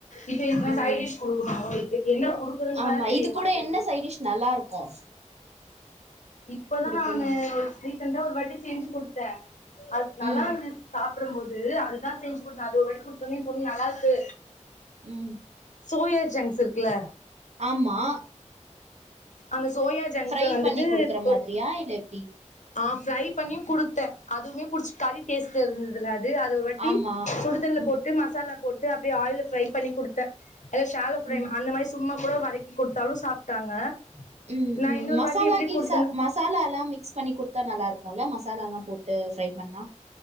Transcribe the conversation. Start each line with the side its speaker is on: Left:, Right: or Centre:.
Left: இப்போ
Right: ம்
Left: <unintelligible> சைடிஷ் கொடுக்கணு <unintelligible> என்ன கொடுகிறதுனாலு
Right: ஆமா
Left: தெரியு
Right: இது கூட
Left: மாட்டுது
Right: என்ன சைடிஷ் நல்லா இருக்கு
Left: இப்பதா
Right: குடுக்கமா
Left: நாங்க ரீசன்டா ஒரு வாட்டி செஞ்சி குடுத்த அது நல்லா
Right: ம்
Left: இருந்ச் சாப் சாப்டும்போது அது தா செஞ்சு கொடுத்த அது ஒரு வடி குடுத் பொன்னி பொன்னி நல்லா இருக்கு
Right: ம்
Left: சோயா ஜங்க்ஸ் இருக்குல
Right: ஆமா
Left: அந்த சோயா ஜங்ஸ்ஸ
Right: ஃப்ரை
Left: வந்துட்டு
Right: பண்ணி குடுக்குற
Left: ஒரு
Right: மாதிரியா இல்ல எப்டி
Left: ஆ ஃப்ரை பண்ணியு கொடுத்த அதுவுமே புடிச் கறி டேஸ்ட் இருந்ததுல அது அதுஒருவட்டி
Right: ஆமா
Left: சுடுதண்ணில போட்டு
Right: ம்
Left: மசாலா போட்டு விட்டு அப்டியே ஆயில்ல ஃப்ரை பண்ணி கொடுத்த அத ஷால ஃப்ரை
Right: ம்
Left: அந்த மாரி சும்மா கூட வதக்கி கொடுத்தாலு சாப்ட்டாங்க
Right: ம்
Left: நா
Right: ம்
Left: இன்னொரு
Right: மசாலா
Left: வாட்டி எப்டி
Right: கீச
Left: குடுத்தேன்னா
Right: மசாலா எல்லா மிக்ஸ் பண்ணி கொடுத்தா நல்லா இருக்குல்ல மசாலா எல்லாம் போட்டு ட்டு ஃப்ரை பண்ணா